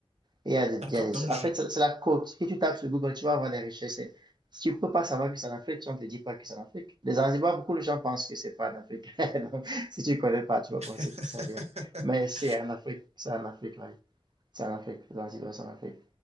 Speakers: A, on the right; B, on the right.
A: Et Il y a des,
B: D'accord,
A: il y a des-
B: donc
A: en
B: je...
A: fait, c'est c'est la côte. Si tu tapes sur Google, tu vas voir les richesses. Et Si tu ne peux pas savoir que c'est en Afrique, si on ne te dit pas que c'est en Afrique. Les Zanzibar, beaucoup de gens pensent que c'est pas en Afrique. <laughs> Donc, si tu ne connais pas, tu vas
B: <laughs>
A: penser que c'est ailleurs. Mais c'est en Afrique, c'est en Afrique, oui. C'est en Afrique. Les Zanzibar, c'est en Afrique.